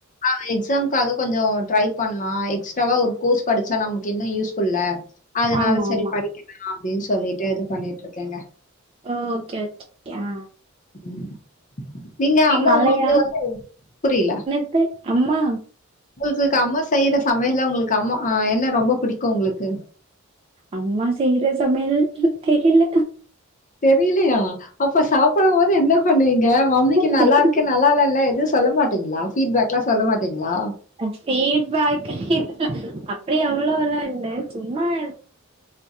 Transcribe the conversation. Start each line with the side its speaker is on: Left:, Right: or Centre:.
Left: அ எக்ஸாம்காக கொஞ்சம் ட்ரை பண்ணலா எக்ஸ்ட்ராவா ஒரு கோஸ் படிச்சா நமக்கு இன்னு யூஸ்ஃபுல்ல அதனால
Right: ஆமா
Left: சரி
Right: ஆமா.
Left: படிக்கவேணா அப்டின்னு சொல்லிட்டு இது பண்ணிட்டு இருக்கேங்க
Right: ஒ ஓகே ஓகே அ
Left: ம் நீங்க அம்மா
Right: மழையா?
Left: உங்ளுக்கு வந்து புரில
Right: <unintelligible> அம்மா
Left: <unintelligible> அம்மா செய்ற சமையல்ல உங்களுக்கு அம்மா அ என்ன ரொம்ப புடிக்கும் உங்களுக்கு
Right: அம்மா செய்ற சமையல் தெரில்ல
Left: தெரிலையா அப்ப சாப்பிடும் போது என்ன பண்ணுவீங்க மம்மிக்கு
Right: ஃபீட்பேக்
Left: நல்லாருக்கு
Right: இல்ல.
Left: <unintelligible> நல்லாலல்ல எதும் சொல்ல மாட்டீங்ளா ஃபீட்பேக்லா சொல்ல மாட்டீங்ளா
Right: ஃபீட்பேக் அப்டி அவ்ளோல்லா இல்ல சும்மா <unintelligible>